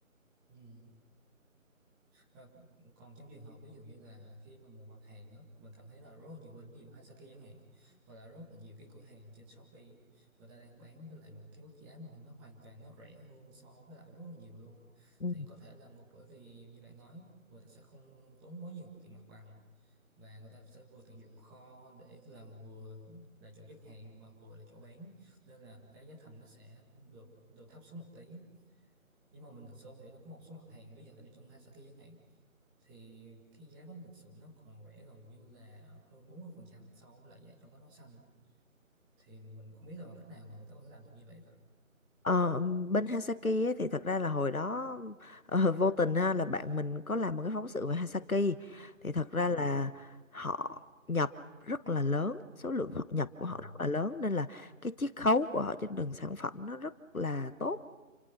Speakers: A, in the centre; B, on the left (about 80°).
A: Ừ. Và còn trong trường hợp ví dụ như là khi mà một mặt hàng á mình cảm thấy là rất là nhiều bên ví dụ Hasaki chẳng hạn hoặc là rất là nhiều cái cửa hàng trên Shopee người ta đang bán với lại một cái mức giá mà nó hoàn toàn nó rẻ hơn so với lại rất là nhiều luôn
B: Ừ.
A: thì có thể là ngược bởi vì như bạn nói người ta sẽ không tốn quá nhiều tiền mặt bằng và người ta sẽ vừa tận dụng kho để làm vừa là chỗ xuất hàng mà vừa là chỗ bán nên là cái giá thành nó sẽ được được thấp xuống một tí nhưng mà mình thực sự không hiểu là có một số mặt hàng bây giờ tại vì trong Hasaki chẳng hạn thì cái giá bánh mực sườn nó còn rẻ gần như là hơn 40% so với lại giá trong bánh hóa xanh thì mình không biết là bằng cách nào mà người ta có thể làm được như vậy ta
B: Ờ, bên Hasaki ấy, thì thật ra là hồi đó ờ, vô tình ha, là bạn mình có làm một cái phóng sự về Hasaki thì thật ra
A: đúng
B: là
A: rồi
B: họ nhập rất là lớn số lượng họ nhập của họ
A: ừ.
B: rất là lớn nên là cái chiết khấu của họ trên từng sản phẩm nó rất là tốt